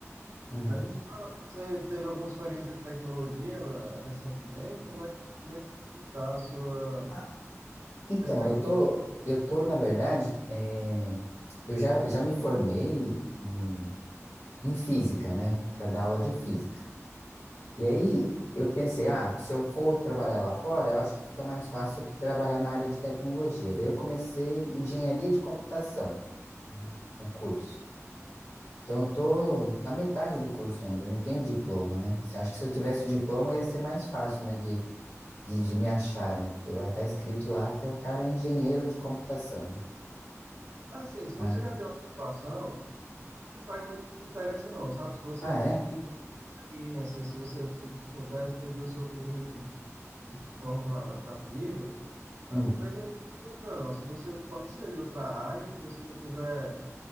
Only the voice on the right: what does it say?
Mas me fala, você teve alguma experiência de tecnologia eh, recentemente? Como é, como é que está a sua
perspectiva?
Assim, se
você já tem uma graduação, não faz muita diferença não, sabe? Se você
tiver experiência, se você sou- souber escrever o seu currículo de forma atrativa, as
empresas não ficam muito não. Se você pode ser de outra área, se você tiver